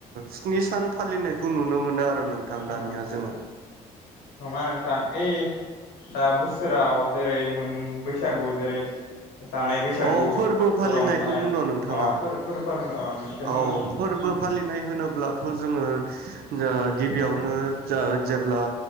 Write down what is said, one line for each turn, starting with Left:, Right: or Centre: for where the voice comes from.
Right: स्नि सान फालिनायखौ नुनो मोनो आरो नोंथां दानिया
Left: ओ
Right: जोङो
Left: नङा नोंथां ओइ दा बोसोराव जेरै मोन बैसागु जेरै जानाय बैसागु
Right: औ फोरबो फालिनायखौ
Left: रंजानाय
Right: बुंदों नोंथाङा
Left: माबाफोर फोरबो फालिनो अ बेखौनो
Right: औ
Left: बुंदों नोंथां
Right: फोरबो फालिनाय होनोब्लाथ' जोङो जो गिबियावनो जा जेब्ला